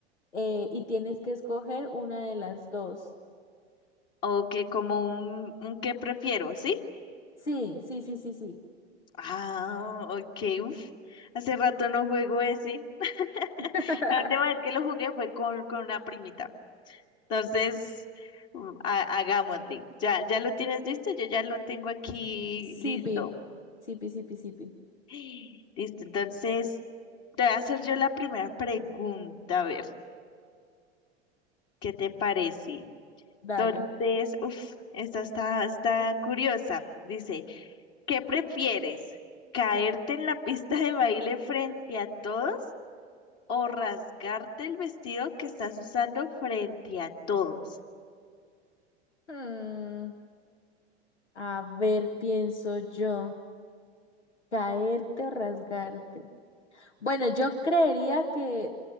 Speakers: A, on the left; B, on the left.
A: eh, y tienes que escoger una de las dos.
B: O que como un, un qué prefiero, ¿sí?
A: Sí, sí, sí, sí, sí.
B: Ah, ok, uf. Hace rato no juego ese. <laughs>
A: <laughs>
B: La última vez que lo jugué fue con, con una primita. Entonces, mm, ha- hagámosle. Ya, ya lo tienes listo, yo ya lo tengo aquí
A: Sipi,
B: listo.
A: sipi, sipi, sipi.
B: <gasps> Listo, entonces, te voy a hacer yo la primera pregunta, a ver, ¿qué te parece?
A: Dale.
B: Entonces, uff, esta está, está curiosa. Dice, ¿qué prefieres? ¿Caerte en la pista de baile frente a todos o rasgarte el vestido que estás usando frente a todos?
A: Mm, a ver, pienso yo, caerte o rasgarte. Bueno, yo creería que